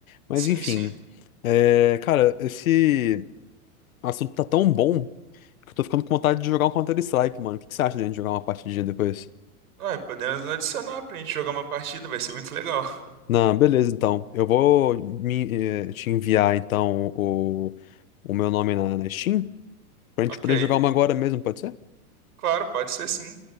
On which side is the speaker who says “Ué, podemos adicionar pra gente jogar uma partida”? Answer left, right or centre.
Right